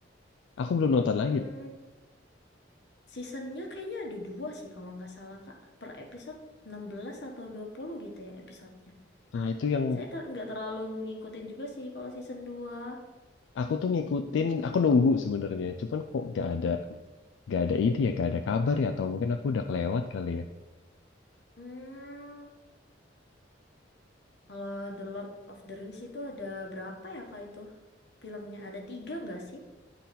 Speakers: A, on the left; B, on the left.
A: Aku belum nonton lagi.
B: Hmm, seasonnya kayaknya ada dua sih kalau nggak salah Kak. Per episode 16 atau 20 gitu ya episodenya.
A: Nah itu yang
B: Saya ter nggak terlalu ngikutin juga sih kalau season dua.
A: aku tuh ngikutin, aku nunggu sebenarnya. Cuman kok nggak ada, nggak ada ini ya, nggak ada kabar ya. Atau mungkin aku udah kelewat kali ya.
B: Hmm. Kalau The Lord of the Rings itu ada berapa ya kak itu? Filmnya ada tiga nggak sih?